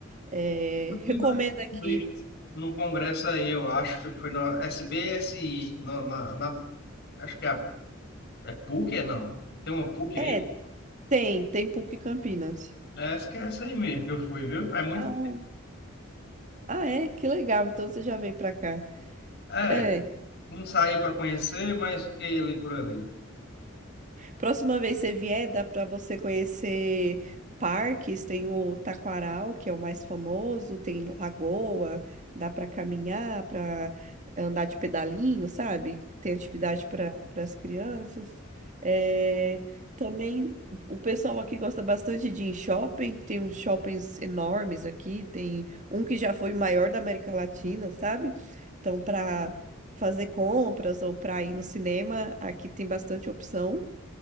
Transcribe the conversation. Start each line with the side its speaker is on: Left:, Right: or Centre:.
Right: Eh,
Left: Inclusive,
Right: Recomendo aqui.
Left: eu fui num congresso aí, eu acho que foi na SBSI, na, na, na- acho que é, a- é PUC, é não? Tem uma PUC
Right: É,
Left: aí?
Right: tem, tem PUC Campinas.
Left: É, acho que é essa aí mesmo que eu fui, viu? Faz muito.
Right: Ah, Ah, é? Que legal. Então você já veio pra cá.
Left: É,
Right: É,
Left: não saí para conhecer, mas fiquei ali por ali.
Right: Próxima vez você vier, dá para você conhecer parques, tem o Taquaral, que é o mais famoso, tem Lagoa, dá para caminhar, para andar de pedalinho, sabe? Tem atividade para as crianças. É, também o pessoal aqui gosta bastante de ir em shopping, tem uns shoppings enormes aqui, tem um que já foi o maior da América Latina, sabe? Então, para fazer compras ou para ir no cinema, aqui tem bastante opção.